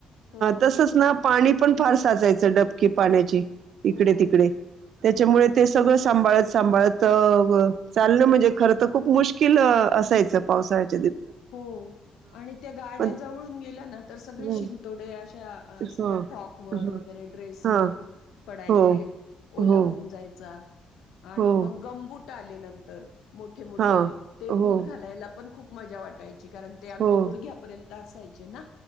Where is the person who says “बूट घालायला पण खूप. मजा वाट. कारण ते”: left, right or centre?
Left